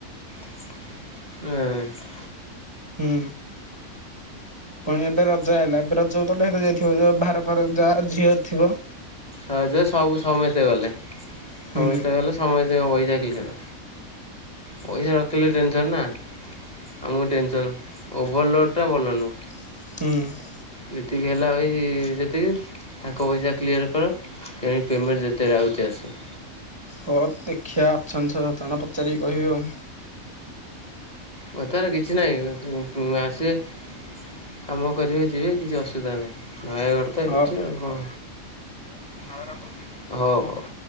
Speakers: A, on the left; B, on the right.
A: ହୁଁ <unintelligible>
B: ହୁଁ ପୁଣି ଏବେ ରଜ ଆଇଲା ଏବେ ରଜକୁ ଢେର ଯାଇଥିବ। ଭାର ଫାର ଯାହା ଝିଅ ଥିବ।
A: ରଜ ସବୁ ସମସ୍ତେ ଗଲେ।
B: ହୁଁ
A: ସମସ୍ତେ ଗଲେ ସମସ୍ତ ଙ୍କପଇସା କ୍ଲିୟର। ପଇସା ରଖିଲେ ଟେନସନ୍ ନା। ଆମକୁ ଟେନସନ୍। ଓଭରଲୋଡ଼୍ ଟା ଭଲ ନୁହ।
B: ହୁଁ।
A: ଯେତିକି ହେଲା ଭାଇ ସେତିକି, ତାଙ୍କ ପଇସା କ୍ଲିୟର କର। ସେ ପେମେଣ୍ଟ ଯେତେ ଆଉଛି ଆସୁ।
B: ହଁ ଦେଖିବା ଅଛନ୍ତି ଛ ସତ ଜଣ ପଚାରିକି କହିବି ଆଉ।
A: ପଚାରେ କିଛି ନାହିଁ। ଆସିବେ କାମ କରିବେ ଯିବେ କିଛି ଅସୁବିଧା ନାହିଁ। ନୟାଗଡ଼ ତ
B: ହଉ
A: ଏଇଠି ଆଉ କଣ ହଉ ରଖୁଛି। ହଉ ହଉ।